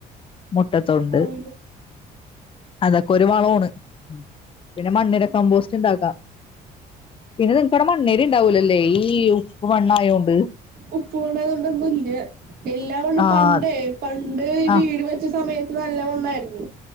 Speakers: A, on the left; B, on the right.
A: മുട്ടത്തൊണ്ട്
B: ആഹ്
A: അത ഒരു വളവൂണ് പിന്നെ മണ്ണിര കമ്പോസ്റ്റ് ഇണ്ടാക്കാം പിന്നെ നിക്കവടെമണ്ണേരി ഇണ്ടാവൂലല്ലേ ഈ ഉപ്പ് മണ്ണ് ആയോണ്ട്
B: ഉപ്പു മണ്ണയത് കൊണ്ടൊന്നും ഇല്ല എല്ലാ മണ്ണും
A: ആഹ്
B: പണ്ടേ പണ്ട് ഈ
A: ആഹ്
B: വീട് വെച്ച സമയത്ത് നല്ല മണ്ണായിരുന്നു